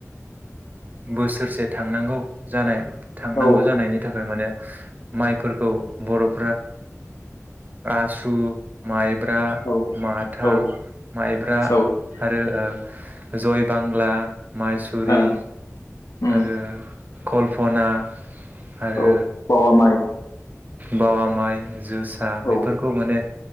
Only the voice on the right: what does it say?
बोसोरसे थांनांगौ जानाय थांनांगौ
जानायनि थाखाय माने माइफोरखौ बर' आसु माइब्रा
माथा
माइब्रा
आरो जय बांला माइसुरि
आरो कल्पना आरो
बावा माइ होनो जोसा बेफोरखौ
माने